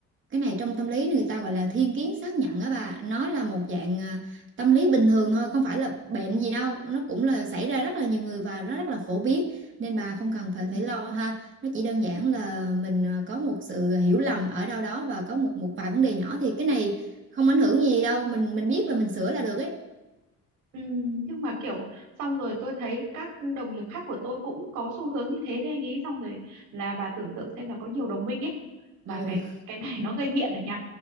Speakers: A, on the right; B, on the right.
A: cái này trong tâm lý người ta gọi là thiên kiến xác nhận á bà nó là một dạng à, tâm lý bình thường thôi không phải là bệnh gì đâu nó cũng là xảy ra rất là nhiều người và nó rất là phổ biến nên bà không cần
B: Ừ,
A: phải phải lo ha nó chỉ đơn giản là mình à, có một sự hiểu lầm ở đâu đó và có một một vài vấn đề nhỏ thì cái này không ảnh hưởng gì đâu mình mình biết là mình sửa là được ấy
B: Ừ, nhưng mà kiểu xong rồi tôi thấy các đồng nghiệp khác của tôi cũng có xu hướng như thế với anh ấy xong rồi là bà tưởng tượng xem là có nhiều đồng minh ấy mà
A: ừ
B: cái cái này nó gây nghiện rồi nha